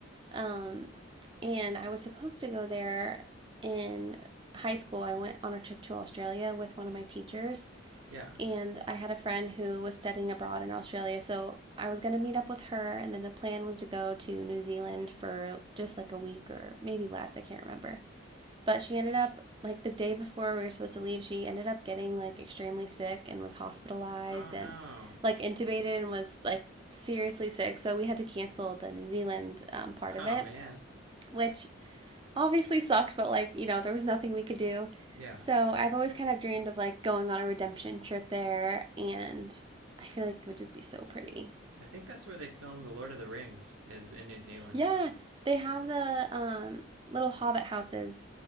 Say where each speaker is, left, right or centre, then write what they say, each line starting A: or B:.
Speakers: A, on the right (about 25°); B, on the right (about 80°).
A: Um, and I was supposed to go there in high school. I went on a trip to Australia with one of my teachers,
B: Yeah.
A: and I had a friend who was studying abroad in Australia. So I was going to meet up with her, and then the plan was to go to New Zealand for just like a week or maybe less. I can't remember. But she ended up like the day before we were supposed to leave, she ended up getting like extremely sick and was hospitalized
B: Oh no.
A: and
B: <laughs>
A: like intubated and was like seriously sick. So we had to cancel the New Zealand um, part of
B: Oh
A: it,
B: man.
A: which obviously sucked, but like, you know, there was nothing we could do.
B: Yeah.
A: So I've always kind of dreamed of like going on a redemption trip there and I feel like it would just be so pretty.
B: I think that's where they filmed The Lord of the Rings is in New Zealand.
A: Yeah, they have the um, little hobbit houses